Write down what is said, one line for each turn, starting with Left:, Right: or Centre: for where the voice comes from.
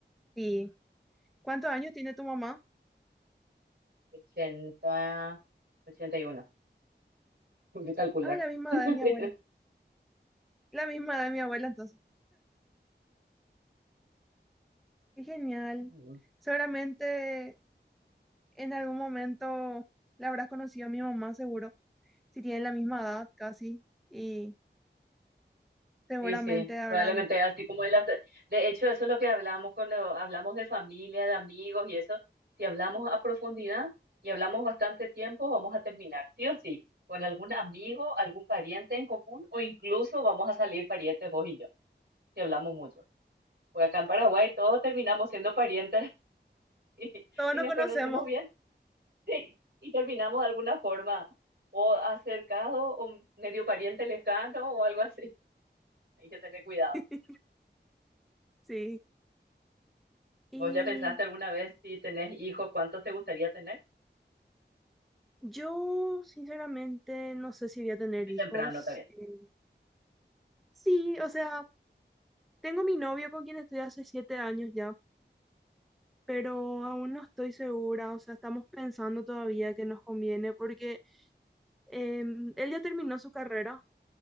Centre: y cuántos años tiene tu mamá?
Right: ochenta, ochenta y 81, <laughs> hay que calcular.
Centre: Ah, la misma
Right: <laughs>
Centre: edad de mi abuela. La misma edad de mi abuela, entonces. Qué genial.
Right: Sí.
Centre: Seguramente en algún momento la habrás conocido a mi mamá, seguro. Si tienen la misma edad, casi. Y seguramente
Right: Sí, sí,
Centre: habrán
Right: probablemente así como en las... De hecho, eso es lo que hablamos cuando hablamos de familia, de amigos y eso. Si hablamos a profundidad y hablamos bastante tiempo, vamos a terminar, sí o sí, con algún amigo, algún pariente en común o incluso vamos a salir parientes vos y yo, si hablamos mucho. Pues acá en Paraguay todos terminamos siendo parientes <laughs> y,
Centre: Todos
Right: si
Centre: no
Right: nos
Centre: conocemos.
Right: conocemos bien, sí, y terminamos de alguna forma o acercado o medio pariente lejano o algo así. <laughs> Hay que tener cuidado.
Centre: <laughs> Sí.
Right: ¿Vos
Centre: Y
Right: ya pensaste alguna vez si tenés hijos, cuántos te gustaría tener?
Centre: yo, sinceramente, no sé si voy a tener
Right: Muy
Centre: hijos.
Right: temprano también.
Centre: Eh, sí, o sea, tengo mi novio con quien estoy hace siete años ya, pero aún no estoy segura, o sea, estamos pensando todavía que nos conviene porque em, él ya terminó su carrera,